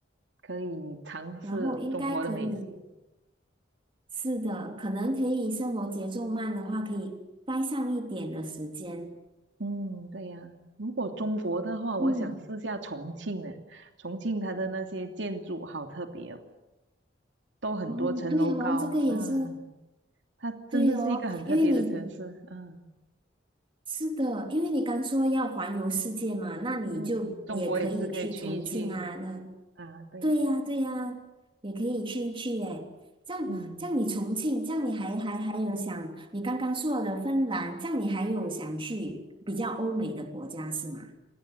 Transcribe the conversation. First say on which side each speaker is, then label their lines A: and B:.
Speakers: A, on the right; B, on the right.
A: 可以尝试中国的美食。
B: 然后应该可以是的，可能可以生活节奏慢的话，可以待上一点的时间。
A: 嗯，对呀、如果中国的话，我想试下重庆呢。
B: 嗯，
A: 重庆它的那些建筑好特别哦。都很多层楼高啊，
B: 哦，对哦，这个也是
A: 它真的是一个很特别的城市。
B: 对哦，因为你
A: 嗯
B: 是的，因为你刚说要环游世界嘛，那你就也可以去重庆啊，
A: 嗯，中国也是可以去一去
B: 那
A: 啊。对，
B: 对呀，对呀，也可以去一去诶。这样，
A: 嗯，
B: 这样你重庆，这样你还还还有想，你刚刚说的芬兰，这样你还有想去比较欧美的国家是吗？